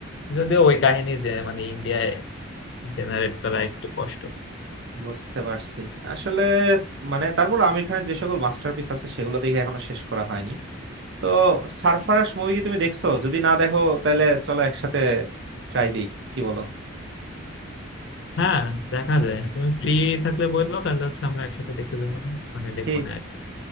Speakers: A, on the left; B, on the right.
A: যদিও ওই কাহিনী যে মানে ইন্ডিয়ায় জেনারেট করা একটু কষ্ট
B: বুঝতে পারছি আসলে মানে তারপর আমির খানের যে সকল মাস্টারপিস আছে সেগুলো দেখে এখনো শেষ করা হয়নি তো সারফারাশ মুভি কি তুমি দেখছো যদি না দেখো তাহলে চলো একসাথে ট্রাই দিই কি বলো
A: হ্যাঁ দেখা যায় তুমি ফ্রি থাকলে বললো তাহলে হচ্ছে আমরা একসাথে দেখতে যাবো না মানে দেখবো
B: ঠিক
A: না আর কি।